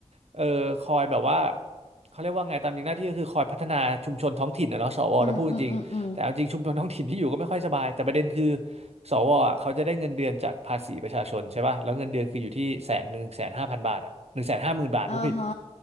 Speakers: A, on the right (about 65°); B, on the left (about 70°).
A: เออคอยแบบว่าเขาเรียกว่าไงตามจริงหน้าที่ก็คือคอยพัฒนาชุมชนท้องถิ่นนะเนาะสวนะพูดจริง
B: อืมอืมอืมอืม
A: แต่เอาจริงชุมชนท้องถิ่นที่อยู่ก็ไม่ค่อยสบายแต่ประเด็นคือสวอ่ะเขาจะได้เงินเดือนจากภาษีประชาชนใช่ป่ะแล้วเงินเดือนคืออยู่ที่แสนหนึ่งแสนห้าพันบาทอ่ะหนึ่งแสนห้าหมื่นบาทผู้ผิด
B: เออฮะ